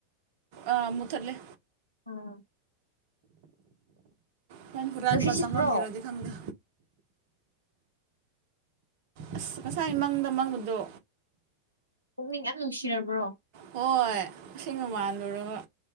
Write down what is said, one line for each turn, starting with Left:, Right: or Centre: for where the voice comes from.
Right: ꯑꯥ ꯃꯨꯊꯠꯂꯦ
Left: <unintelligible>
Right: ꯁꯟ ꯍꯨꯔꯥꯟꯕ
Left: ꯅꯨꯡꯁꯤꯠ ꯁꯤꯠꯄ꯭ꯔꯣ
Right: ꯆꯪꯉꯝꯒꯦꯔꯥꯗꯤ ꯈꯪꯗꯦ ꯑꯁ ꯉꯁꯥꯏ ꯃꯪꯗ ꯃꯪꯕꯗꯣ
Left: ꯄꯨꯛꯅꯤꯡ ꯌꯥꯝ ꯅꯨꯡꯁꯤꯔꯕ꯭ꯔꯣ
Right: ꯍꯣꯏ ꯑꯁꯦꯡꯕ ꯃꯥꯜꯂꯨꯔꯒ